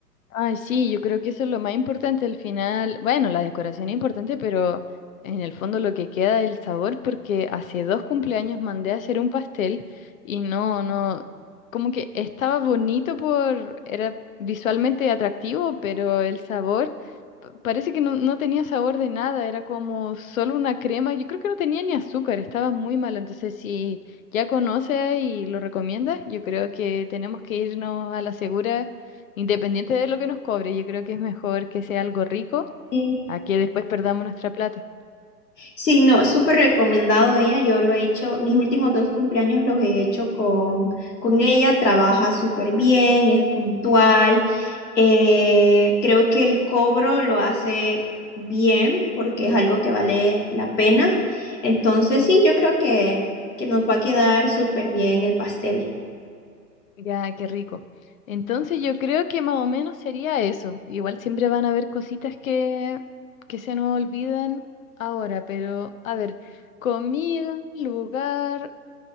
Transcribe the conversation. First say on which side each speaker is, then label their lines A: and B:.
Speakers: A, on the left; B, on the left.
A: Ay, sí, yo creo que eso es lo más importante al final. Bueno, la decoración es importante, pero en el fondo lo que queda es el sabor, porque hace dos cumpleaños mandé a hacer un pastel y no, no, como que estaba bonito por, era visualmente atractivo, pero el sabor pa- parece que no, no tenía sabor de nada, era como solo una crema. Yo creo que no tenía ni azúcar, estaba muy malo. Entonces, si ya conoces y lo recomiendas, yo creo que tenemos que irnos a la segura Independiente de lo que nos cobre, yo creo que es mejor que sea algo rico
B: Sí.
A: a que después perdamos nuestra plata.
B: Sí, no, es súper recomendado ella. Yo lo he hecho, mis últimos dos cumpleaños los he hecho con, con ella. Trabaja súper bien, es puntual. eh, creo que el cobro lo hace bien porque es algo que vale la pena. Entonces, sí, yo creo que, que nos va a quedar súper bien el pastel.
A: Ya, qué rico. Entonces yo creo que más o menos sería eso. Igual siempre van a haber cositas que, que se nos olvidan ahora, pero a ver, comida, lugar,